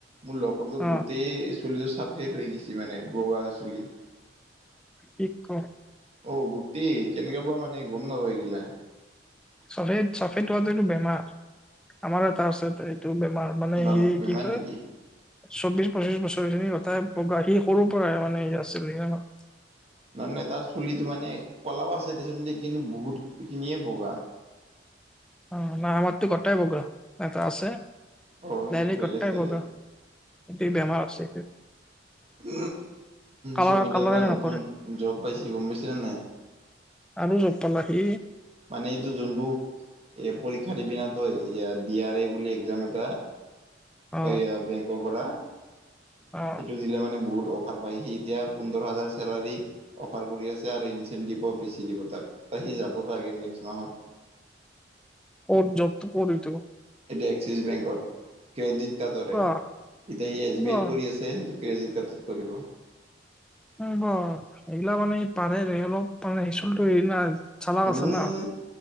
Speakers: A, on the right; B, in the centre.
A: মোৰ লগৰটোৰ
B: অ
A: গোটেই। চুলিটো চাফেড ৰৈ গৈছে মানে বগা চুলি।
B: কি কওঁ।
A: অ গোটেই কেনেকে বা মানে গম নাপাওঁ ইগিলা।
B: চাফেড, চাফেড হোৱাটো এইটো বেমাৰ আমাৰো এটা আছে এইটো বেমাৰ। মানে
A: বাম
B: ই
A: বেমাৰ
B: কি কয়।
A: নেকি
B: চৌবিশ পঁচিশ বছৰ খিনি গটাই বগা সি সৰুৰ পৰাই মানে আছিল। <unintelligible>
A: মানে তাৰ চুলিটো মানে ক'লাও আছে দেচোন দে কিন্তু বহুতখিনিয়ে বগা।
B: অ নাই আমাৰতো গোটেই বগা এটা আছে
A: অ সেইটো
B: ডাইৰেক
A: বেলেগ
B: গোটেই
A: চাগে
B: বগা। <unintelligible> বেমাৰ আছে সিটো।
A: উ
B: কালাৰ
A: চুমিতে
B: কালাৰে
A: এটা নতুন
B: নকৰে
A: জব পাইছে গম পাইছা নে নাই।
B: আৰু জব পালা সি।
A: মানে এইটো যোনটো এ পৰীক্ষাৰ দি পিনা তই ডি আৰ এ বুলি এক্সাম এটা।
B: অ
A: এইয়া বেংকৰ পৰা সেইটো
B: অ
A: দিলে মানে বহুত অফাৰ হয়, কি এতিয়া পোন্ধৰ হাজাৰ চেলাৰী অফাৰ কৰি আছে আৰু ইনচেণ্টিভো বেছি দিব তাক সি যাবা ছাগে নেক্স মাহত।
B: ক'ত জব্জটো, ক'ত জব্জটো এইটো
A: এতিটো এক্সিছ বেংকত, ক্ৰেডিট কাৰ্ডৰে,
B: বাহ
A: এতিয়া সি এছ
B: বাহ
A: বি আইত কৰি আছে। সেই ক্ৰেডিট কাৰ্ডত কৰিব।
B: পাৰব এইগিলা মানে পাৰে অলপ মানে সিচলটো হেৰি না। চালাক
A: উম,
B: আছে না